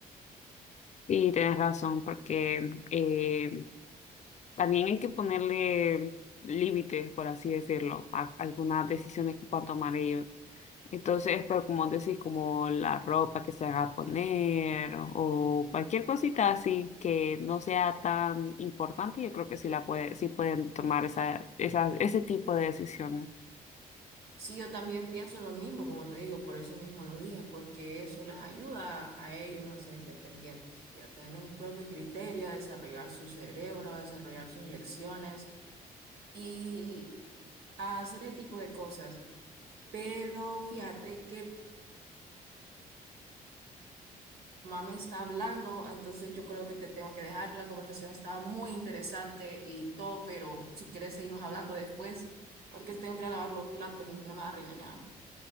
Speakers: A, on the left; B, on the right.
A: Sí, tienes razón, porque eh, también hay que ponerle límites, por así decirlo, a algunas decisiones que puedan tomar ellos. Entonces, pero como decís, como la ropa que se haga a poner o cualquier cosita así que no sea tan importante, yo creo que sí la puede, sí pueden tomar esa, esa, ese tipo de decisiones.
B: Sí, yo también pienso lo mismo, como te digo, por eso mismo lo dije, porque eso les ayuda a ellos a ser independientes y a tener un propio criterio, a desarrollar su cerebro, a desarrollar sus elecciones y a hacer ese tipo de cosas. Pero fíjate que mi mamá me está hablando, entonces yo creo que te tengo que dejar. La conversación estaba muy interesante y todo, pero si quieres seguimos hablando después, porque tengo que ir a lavar los platos y si no me va a regañar.